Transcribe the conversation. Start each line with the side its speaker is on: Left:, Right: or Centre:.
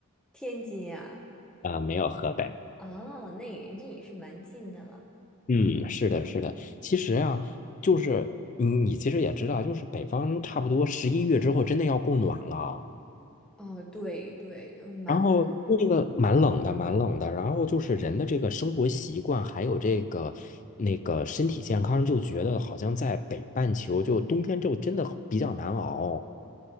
Centre: 天津呀，
Left: 啊，没有河北。
Centre: 啊，那也那也是蛮近的了。
Left: 嗯，是的，是的。其实啊，就是你你其实也知道，就是北方差不多十一月之后真的要供暖了，
Centre: 哦，对对，蛮，
Left: 然后那个蛮冷的，蛮冷的。然后就是人的这个生活习惯，还有这个那个身体健康，就觉得好像在北半球就冬天就真的比较难熬。